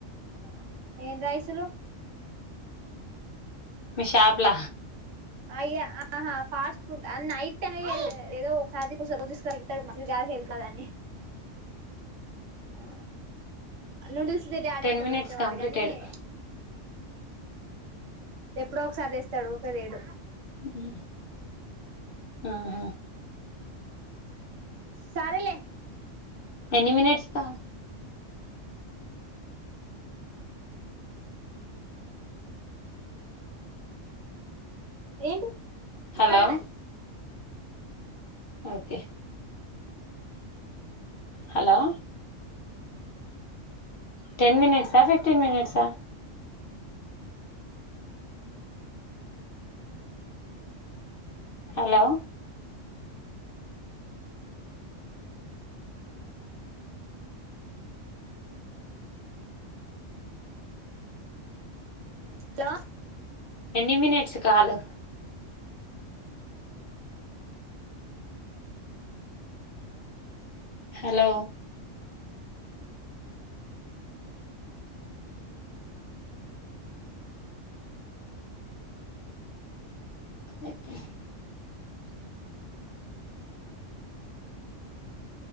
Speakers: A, on the right; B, on the left.
A: ఏం రైసులు
B: మీ షాపుల
A: అయ్య ఆహా ఫాస్ట్ ఫుడ్ అ నైట్ టైం ఏదో ఏదో ఒక <unintelligible> వెంకవని ఆ నూడిల్స్ది <unintelligible>
B: టెన్ మినిట్స్ కంప్లీటెడ్
A: ఎప్పుడో ఒకసారి చేస్తాడు ఉకేవీడు
B: ఊ ఉమ్ ఆహా
A: సరలే
B: ఎన్ని మినిట్స్క్
A: ఏంటి
B: హలో
A: సరే మరి
B: ఓకే హలో టెన్ మినట్సా ఫిఫటీన్ మినిట్స్ హలో
A: త
B: ఎన్ని మనిట్స్ కావలె హలో అయితే